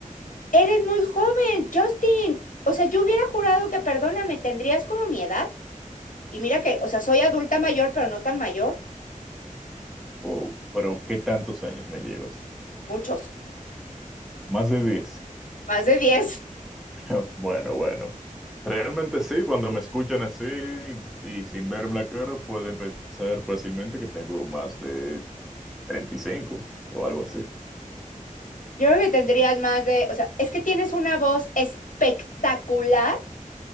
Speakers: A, on the left (about 75°); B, in the centre.
A: Eres muy joven, Justin. O sea, yo hubiera jurado que, perdóname, tendrías como mi edad. Y mira que, o sea, soy adulta mayor, pero no tan mayor.
B: Oh, pero ¿qué tantos años me llevas?
A: Muchos,
B: Más de 10.
A: más de diez
B: <laughs> Bueno, bueno. Realmente sí, cuando me escuchan así y sin verme la cara, pueden pensar fácilmente que tengo más de 35 o algo así.
A: Yo creo que tendrías más de, o sea, es que tienes una voz espectacular